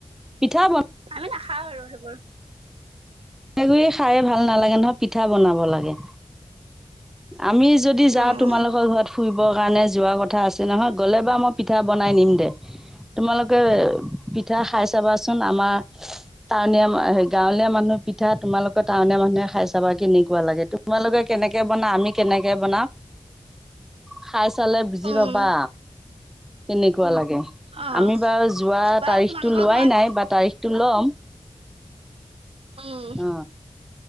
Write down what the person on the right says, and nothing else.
আমি নাখা খাওঁ আৰু সেইবোৰ
উম,
উম,
অ',
বাৰু
তোমালোকৰ
ঘৰত
উম,